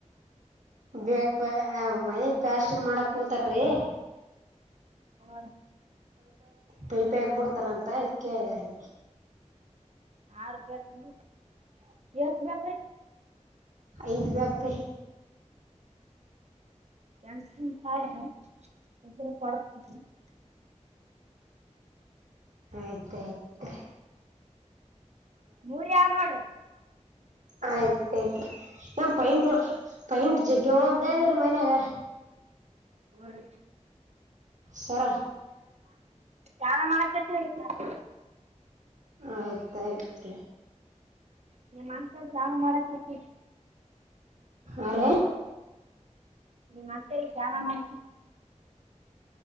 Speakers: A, on the right; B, on the right.
A: ಬೇಕ ಮನೆ ಪ್ಯಾಸ್ಟ್ರಿ ಮಾಡಕ್ ಕುಂತಾರೀ
B: ಹ
A: ಪೈಪಿ ಹಕ್ಬಿಡ್ತಾರ ಅಂತ ಅದ ಕೇಳಿದಾರೆ
B: ಹಬೇಕ ಎಸ್ಮ್ರೆ
A: ಐದ್ ಬೇಕ್ರೀ
B: ನನ್ಸ ತಾಯ ತಂದರ ಪಡ <unintelligible>
A: ಆಯ್ತಾಯ್ತ್
B: ಮುರಾಂಗಡು <unintelligible>
A: ಆಯ್ತ ಆಯ್ತು ನ ಪೈಂಟ್ ಪೈಂಟ್ ಜಗ್ಗೆ ಒಬ್ದ ಇದ್ದಾರ ಮನ್ಯಾಗ
B: ಹ
A: ಸರಾ
B: ಯಾರೆ ಮಳೆ ಕಟ್ಟಿ ವರುತ್ತಾ <unintelligible>
A: ಆಯ್ತಾಯ್ತ್
B: ನೀ ಮಾಡನ್ಸ ಚಾವ ಮಾಡ <unintelligible>
A: ಆರ
B: ನಿಮ್ಮ ಮತ್ತೆ ಜಾನ ಮಾಡ